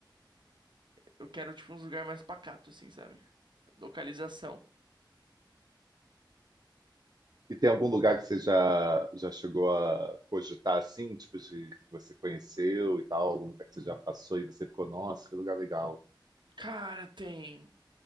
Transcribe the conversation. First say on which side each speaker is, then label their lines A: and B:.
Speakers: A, on the right; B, on the right.
A: Eu quero, tipo, uns lugar mais pacato, assim, sabe? Localização.
B: E tem algum lugar que você já, já chegou a cogitar, assim, tipo, de que você conheceu e tal? Algum lugar que você já passou e você ficou, nossa, que lugar legal.
A: Cara, tem.